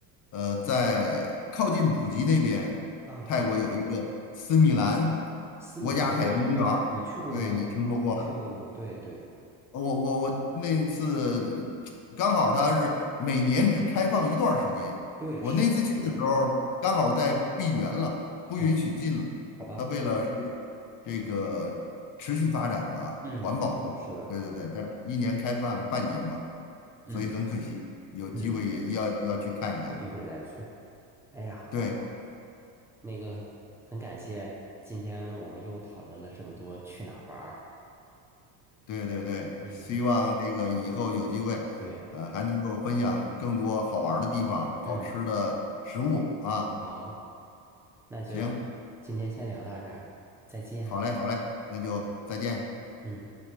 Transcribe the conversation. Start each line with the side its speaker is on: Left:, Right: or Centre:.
Left: 呃，在靠近普吉那边，
Centre: 啊啊，
Left: 泰国有一个斯米兰国家海洋公园儿，
Centre: 斯米兰，对对，你去过吗？
Left: 对你听说过吗？
Centre: 你去过吗？对对
Left: 我我我那次刚好他是每年只开放一段儿时间，
Centre: 对，
Left: 我那次去的时候刚好在闭园了，
Centre: 是的，是的。
Left: 不允许进了。
Centre: 哦，好吧，
Left: 他为了是这个持续发展嘛，
Centre: 嗯，
Left: 环保嘛，
Centre: 是的，是的，
Left: 对对对，他一年开放半年嘛，
Centre: 嗯
Left: 所以很可惜，有机会也要要去看一看。
Centre: 嗯嗯，有机会再去。哎呀，好吧，
Left: 对
Centre: 那个很感谢今天我们又讨论了这么多去哪儿玩儿。
Left: 对对对，
Centre: 嗯，
Left: 希望这个以后有机会，
Centre: 对。
Left: 呃，还能够分享更多好玩儿的地方、好吃的食物啊。
Centre: 嗯，好，那就今天先聊到这儿，
Left: 行。
Centre: 再见。
Left: 好嘞，好嘞，那就再见。
Centre: 嗯。